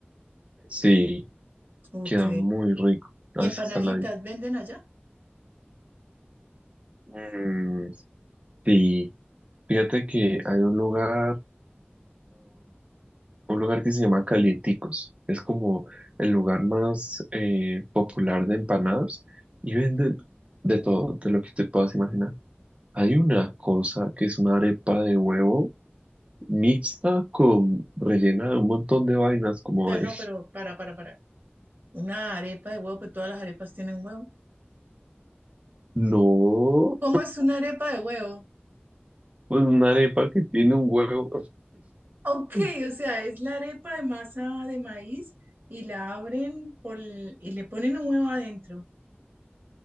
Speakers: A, on the right; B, on the right.
A: Sí,
B: Ok.
A: queda muy rico. Así
B: ¿Y empanaditas
A: saladito.
B: venden allá?
A: Mm, sí. Fíjate que hay un lugar. un lugar que se llama Calienticos. Es como el lugar más eh, popular de empanadas y venden de todo, de lo que te puedas imaginar. Hay una cosa que es una arepa de huevo mixta con rellena de un montón de vainas, como
B: sea,
A: de,
B: no, pero para, para, para. Una arepa de huevo, pues todas las arepas tienen huevo.
A: no,
B: ¿Cómo es una arepa de huevo?
A: pues una arepa que tiene un huevo.
B: Ok,
A: <laughs>
B: o sea, es la arepa de masa de maíz y la abren por el- y le ponen un huevo adentro.